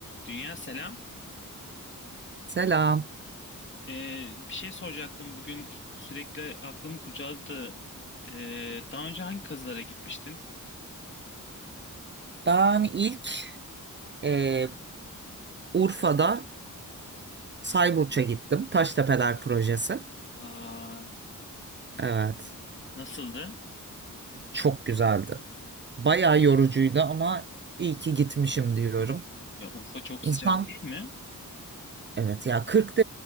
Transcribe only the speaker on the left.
Dünya selam.
Ee, bir şey soracaktım bugün sürekli aklımı kurcaladı da ee, daha önce hangi kazılara gitmiştin?
Aa,
nasıldı?
Ya Urfa çok
sıcak değil mi?